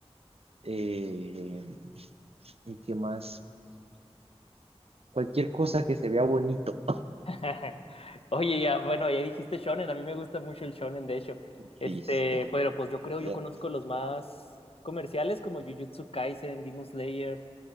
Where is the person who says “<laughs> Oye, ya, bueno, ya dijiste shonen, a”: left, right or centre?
Left